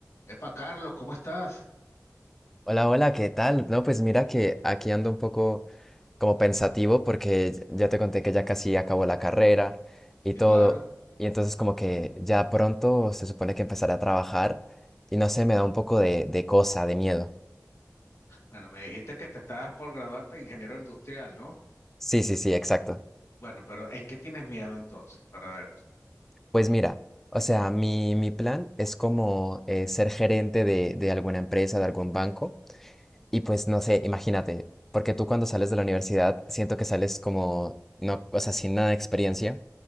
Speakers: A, on the left; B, in the centre.
A: Epa, Carlos, ¿cómo estás?
B: Hola, hola, ¿qué tal? No, pues mira que aquí ando un poco como pensativo porque ya te conté que ya casi acabó la carrera y
A: Sí,
B: todo.
A: claro.
B: Y entonces como que ya pronto se supone que empezaré a trabajar y no sé, me da un poco de, de cosa, de miedo.
A: Bueno, me dijiste que te estabas por graduarte de ingeniero industrial, ¿no?
B: Sí, sí, sí, exacto.
A: Bueno, pero ¿en qué tienes miedo entonces? Para ver.
B: Pues mira, o sea, mi, mi plan es como eh, ser gerente de, de alguna empresa, de algún banco. Y pues no sé, imagínate, porque tú cuando sales de la universidad siento que sales como, no, o sea, sin nada de experiencia